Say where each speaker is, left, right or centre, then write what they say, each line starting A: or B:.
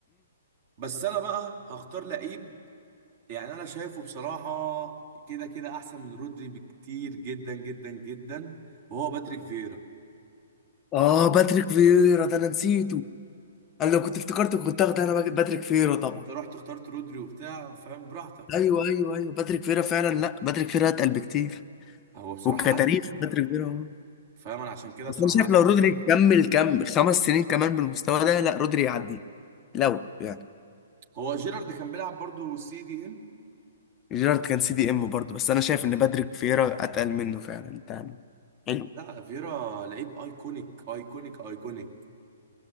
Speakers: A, on the right; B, on the left.
A: بس أنا بقى هختار لعيب يعني أنا شايفه بصراحة كده كده أحسن من رودري بكتير جدا جدا جدا وهو باتريك فيرا
B: اه باتريك فييرا ده انا نسيته انا لو كنت افتكرته كنت اخد انا باتريك فييرا طبعا
A: أنت رحت اخترت رودري وبتاع فاهم براحتك
B: ايوه
A: يعني
B: ايوه ايوه باتريك فييرا فعلا لا باتريك فييرا اتقل بكتير
A: هو بصراحة
B: وكتاريخ
A: أتقل
B: باتريك فييرا هو.
A: فاهم أنا عشان كده
B: بس
A: بصراحة
B: انا شايف
A: اعتمدت
B: لو رودري كمل كم خمس سنين كمان بالمستوى ده لا رودري يعدي لو يعني
A: هو جيرارد كان بيلعب برضه سي دي إم
B: جيرارد كان سي دي ام برضه بس انا شايف ان باتريك فييرا اتقل منه فعلا تاني حلو
A: لا فيرا لعيب ايكونيك ايكونيك ايكونيك